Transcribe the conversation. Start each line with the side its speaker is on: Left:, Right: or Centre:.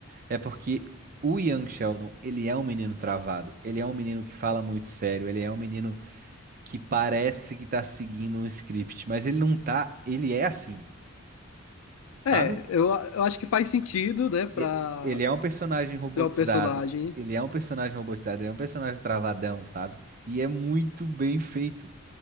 Right: é porque o Young Sheldon, ele é um menino travado. Ele é um menino que fala muito sério. Ele é um menino que parece que tá seguindo um script, mas ele não tá. Ele é assim, sabe?
Left: É, eu, eu acho que faz sentido, né, pra
Right: E- Ele é um personagem robotizado.
Left: criar o personagem.
Right: Ele é um personagem robotizado. Ele é um personagem travadão, sabe? E é muito bem feito.